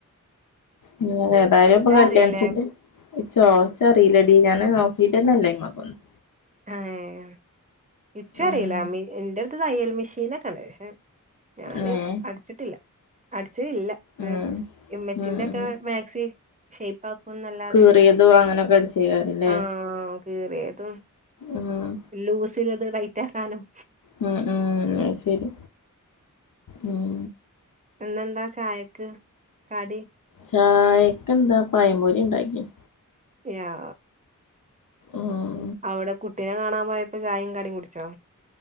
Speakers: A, on the left; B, on the right.
A: ഉം ഏതായാലും ഇപ്പൊ കല്യാണത്തിന്റെ
B: അറിയില്ലേ
A: ച്ചോ ഇച്ചറീലെടി ഞാന് നോക്കിട്ടന്നല്ലയ്മക്കൊന്നും
B: ഏഹ് ഇച്ചും
A: ഉം
B: അറീല മ് ന്റെട്ത്ത് തയ്യൽ മിഷീനൊക്കെ ണ്ട് ക്ഷേ ഞാന്
A: ഏഹ്
B: അട്ച്ചിട്ടില്ല അടച്ചലില്ല
A: ഉം
B: ഏഹ് ഇമ്മച്ചിന്റൊക്കെ
A: ഉം ഉം
B: മാക്സി ഷെയ്പ്പാക് ക്കും ന്നല്ലാതെ
A: കീറിയതോ അങ്ങനൊക്കെ അടിച്ചേക്കാരല്ലേ
B: ആഹ് കീറിയതും
A: ഊം
B: ലൂസിള്ളത് ടൈറ്റാക്കാനും
A: ഉം ഉം അത് ശരി ഉം
B: ഇന്നെന്താ ചായക്ക് കടി
A: ചായക്കെന്താ പയമ്പൊരി ഇണ്ടാക്കിനി
B: യാ
A: ഉം
B: അവ്ടെ കുട്ടിനെ കാണാൻ പോയപ്പോ ചായേം കടീം കുടിച്ചോ?